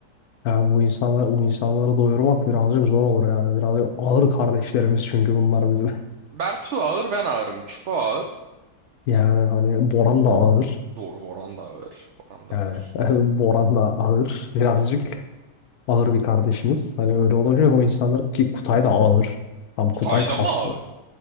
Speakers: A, on the left; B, on the right.
A: yani bu insanlar bu insanları doyurmak birazcık zor olur yani. Birazcık ağır kardeşlerimiz çünkü bunlar bizim. <laughs>
B: Bertu ağır ben ağırım. Çuko ağır.
A: Yani hani Boran da ağır.
B: Doğru Boran da ağır. Boran da
A: Yani
B: ağır.
A: <laughs> Boran da ağır birazcık. ağır bir kardeşimiz. Hani öyle olunca o insanlar ki Kutay da ağır. Tam Kutay
B: Kutay
A: kaslı.
B: da mı ağır?